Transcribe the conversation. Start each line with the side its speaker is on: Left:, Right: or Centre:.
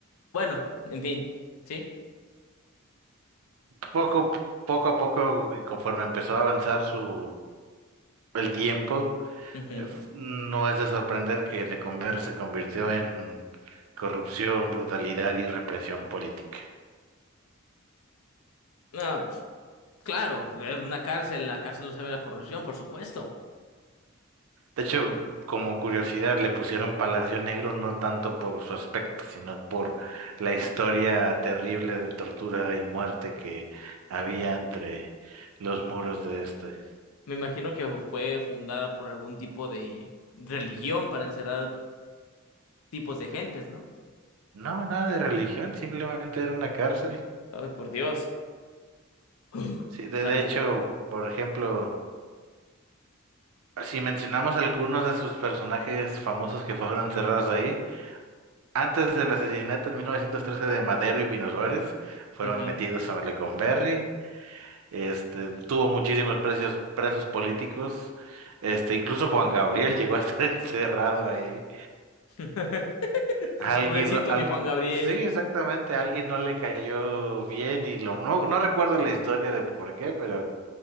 Left: Bueno, en fin, sí.
Right: Poco, poco a poco, conforme empezó a avanzar su, el tiempo,
Left: Ujú.
Right: eh, f- no es de sorprender que Lecumberri se convirtió en corrupción, brutalidad y represión política.
Left: Ah, pues, claro, es una cárcel, en la cárcel no se ve la corrupción, por supuesto.
Right: De hecho, como curiosidad, le pusieron Palacio Negro no tanto por su aspecto, sino por la historia terrible de tortura y muerte que había entre los muros de este.
Left: Me imagino que fue fundada por algún tipo de religión para encerrar tipos de gentes, ¿no?
Right: No, nada de religión, simplemente era una cárcel.
Left: Ay, por Dios. <laughs>
Right: Sí, de,
Left: Dale.
Right: de hecho, por ejemplo, Si mencionamos algunos de sus personajes famosos que fueron encerrados ahí, antes del asesinato en 1913 de Madero y Pino Suárez, fueron
Left: Ujú.
Right: metidos a Maleconberri, este, tuvo muchísimos presos, presos políticos, este, incluso Juan Gabriel <laughs> llegó a estar <laughs> encerrado ahí.
Left: <laughs>
Right: Alguien,
Left: Pobrecito
Right: no- al-
Left: mi Juan Gabriel.
Right: sí, exactamente, alguien no le cayó bien y lo, no, no recuerdo la historia de por qué, pero